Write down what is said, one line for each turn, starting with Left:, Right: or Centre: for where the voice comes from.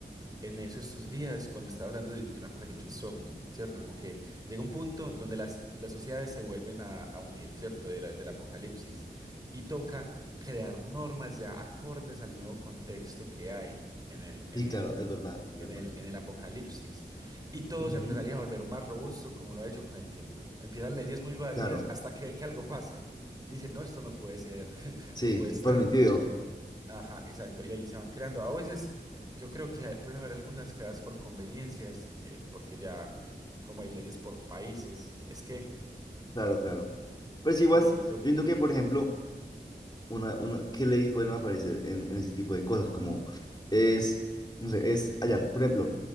Right: en eso estos días cuando estaba hablando de, de un apocalipsis zombie, ¿cierto? Como que llega un punto donde las, las sociedades se vuelven a, a unir, ¿cierto? De la- del apocalipsis. Y toca crear normas ya acordes al nuevo contexto que hay en el, en
Left: Sí,
Right: el,
Left: claro, es verdad, es
Right: en
Left: verdad.
Right: el, en el apocalipsis. Y todo
Left: Ujú,
Right: se empezaría a volver más robusto como lo ha hecho con el tiempo. Empiezan leyes muy básicas
Left: Claro,
Right: hasta que ven que algo pasa. Y dicen, no, esto no puede ser, <laughs>
Left: sí,
Right: no puede estar.
Left: permitido.
Right: Ajá, exacto. Y ahí se van creando. A veces yo creo que hay- pueden haber algunas creadas por conveniencias, eh, porque ya como hay leyes por países, es que,
Left: Claro, claro. Pero es
Right: es
Left: igual,
Right: que sí,
Left: yo
Right: to-
Left: entiendo que, por ejemplo, una, una, ¿qué leyes podrían aparecer en, en ese tipo de cosas? Como es, no sé, es allá, por ejemplo,